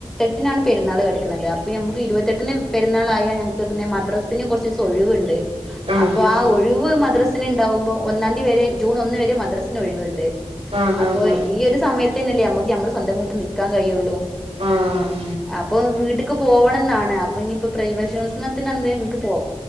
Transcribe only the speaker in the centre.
എനാണ് പെരുന്നാൾ കിടക്കുന്നത് അപ്പൊ നമുക്ക് ഇരുപത്തെട്ടിന് പെരുന്നാൾയാൽ ഞങ്ങക്ക് പിന്നെ മദ്രസിന് കുറച്ച് ദിവസം ഒഴിവുണ്ട്.
അപ്പൊ
ആ ഒഴിവ് മദ്രസിന് ഉണ്ടാവുമ്പോ ഒന്നാം തീയതി വരെ ജൂൺ ഒന്ന് വരെ മദ്രസിന് ഒഴിവുണ്ട്.
അപ്പോ
ഈ ഒരു സമയത്ത് തന്നല്ലേ നമ്മക്ക് നമ്മള് സ്വന്തം വീട്ട് നിക്കാൻ കഴിയുള്ളൂ.
അപ്പൊ വീട്ട് എനിക്ക് പോവണം എന്നാണ് അപ്പൊ ഇനിയിപ്പ പ്ര വിശവത്സനത്തിന് എന്ത് എനിക്ക് പോ